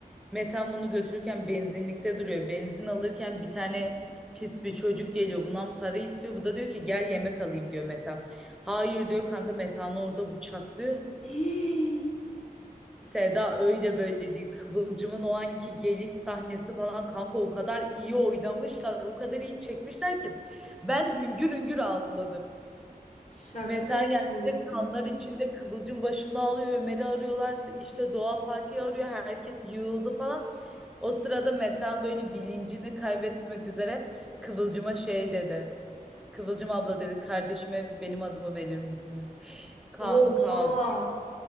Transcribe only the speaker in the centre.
Meten bunu götürürken benzinlikte duruyor. Benzin alırken bir tane pis bir çocuk geliyor bundan para istiyor. Bu da diyor ki gel yemek alayım diyor Meten. Hayır diyor kanka Metan'ı orada bıçaklıyor.
Seda öyle böyle değil. Kıvılcım'ın o anki geliş sahnesi falan kanka o kadar iyi oynamışlar. O kadar iyi çekmişler ki. Ben hüngür hüngür ağladım.
Metan
yerde kanlar içinde Kıvılcım başında ağlıyor. Ömer'i arıyorlar. işte Doğa Fatih'i arıyor. Herkes yığıldı falan. O sırada Metan böyle bilincini kaybetmek üzere Kıvılcım'a şey dedi. Kıvılcım abla dedi kardeşime benim adımı verir misiniz? Kanka